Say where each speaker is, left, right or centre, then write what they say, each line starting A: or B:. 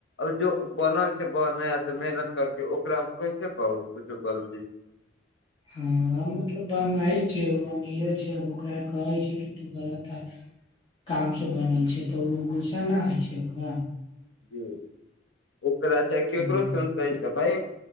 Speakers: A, on the left (about 75°); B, on the left (about 25°).
A: और जो बनल छै, बनाय ते मेहनत करके, ओकरा हम कैसे कहु कुछु गलती
B: हाँ मतलब बनाई छै उ अमीरे छै, अब ओकरा कहै छै कि तू गलत का काम से बनल छै तऽ उ गुस्सा ना हय छै ओकरा।
A: जी, ओकरा चाहे केकरो
B: हँ
A: सुनतेै त भाय